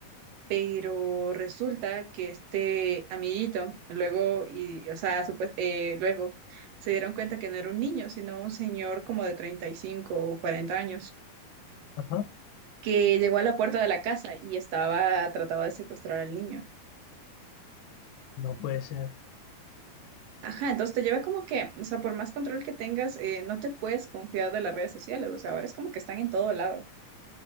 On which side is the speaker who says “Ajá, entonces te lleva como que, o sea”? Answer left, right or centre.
Right